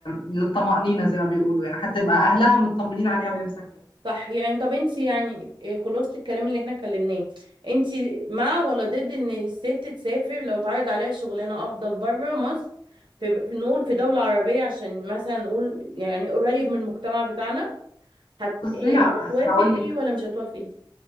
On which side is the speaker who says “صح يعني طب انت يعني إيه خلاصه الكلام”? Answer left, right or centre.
Right